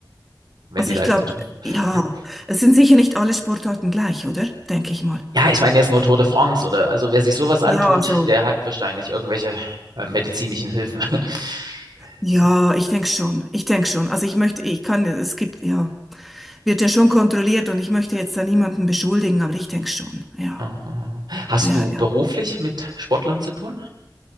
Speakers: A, on the right; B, in the centre.
A: wenn
B: Also
A: die Leistung
B: ich glaube,
A: stimmt.
B: ja,
A: Hm.
B: es sind sicher nicht alle Sportarten gleich, oder? Denke ich mal.
A: Ja, ich meine jetzt nur Tour de France, oder? Also wer sich sowas antut,
B: Ja, also,
A: der hat wahrscheinlich irgendwelche äh, medizinischen Hilfen. <laughs>
B: ja,
A: so.
B: ich denke schon. Ich denke schon. Also ich möchte, ich kann, es gibt, ja. wird ja schon kontrolliert und ich möchte jetzt da niemanden beschuldigen, aber ich denke schon, ja.
A: Aha. Hast
B: Ja,
A: du beruflich
B: ja.
A: mit Sportlern zu tun?